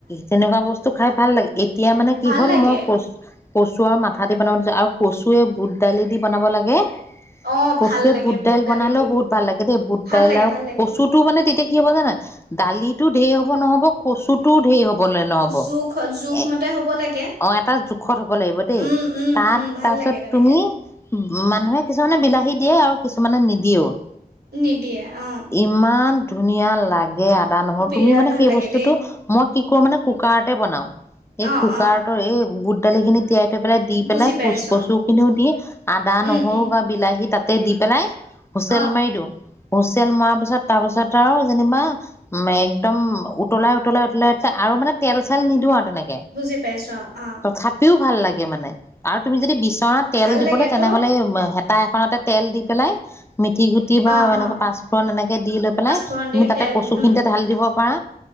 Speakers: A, on the left; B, on the right.
A: তেনেকুৱা বস্তু খাই ভাল লাগে এতিয়া মানে কি
B: ভাল
A: হ'ল
B: লাগে
A: মই কচ কচুৰ আৰু মাথা দি বনাব দি আৰু কচুৱে বুট দালি দি বনাব লাগে,
B: অ
A: কচুৱে
B: ভাল লাগে
A: বুট দাইল
B: দালি
A: বনালেও
B: দি
A: বহুত ভাল লাগে দেই বুট
B: ভাল
A: দাইল
B: লাগে
A: আৰু
B: ভাল লাগে
A: কচুটো মানে তেতিয়া কি হ'ব জানা দালিটো ঢেই নহ'ব-নহ'ব কচুটোও ধেৰ হ'ব হ'লে নহ'ব
B: জোখ জোখ
A: এ
B: মতে হ'ব লাগে
A: অ এটা জোখত হ'ব লাগিব দেই
B: উম উম
A: তাত
B: উম ভাল
A: তাপিছত
B: লাগে তেনেকে
A: তুমি মানুহে কিছুমানে বিলাহীত দিয়ে আৰু কিছুমানে নিদিয়েও৷
B: নিদিয়ে, অ'।
A: ইমান ধুনীয়া লাগ গে আদা-নহৰু
B: বিৰাট
A: তুমি মানে
B: ভাল
A: সেই
B: লাগে
A: বস্তু
B: দেই
A: যিটো মই কি কৰো মানে কুকাৰতে বনাও এই
B: অ
A: কুকাৰটো
B: অ
A: এই বুট দালিখিনি তিয়াই পেলাই দি
B: বুজি
A: পেলাই
B: পাইছো
A: কচ-কচুখিনিও
B: অ
A: দি আদা-নহৰু
B: উম উম
A: বা বিলাহী তাতে তে দি পেলাই। হুচেল
B: অ
A: মাৰি দিও হুচেল মৰা পিছত তাৰ পিছত আৰু যেনিবা, উম একদম উত উতলাই-উতলাই-উতলাই আৰু মানে তেল-চেল নিদিওঁ আৰু। তেনেকে,
B: বুজি পাইছো অ অ
A: তথাপিও ভাল লাগে মানে, আৰু তুমি যদি বিচৰা তেল
B: ভাল
A: দিবলৈ
B: লাগেতো
A: তেনেহ'লে টাৱা এখনতে তেল দি পেলাই মিঠি গুটি বা
B: অ
A: এনেকৈ
B: অ
A: পাঁচফুৰণ এনেকে দি লৈ পেলাই,
B: পাঁচফোৰণ দি
A: তুমি তাতে
B: তেল
A: কচুখিনিতে
B: উম
A: ঢালি দিব পাৰা।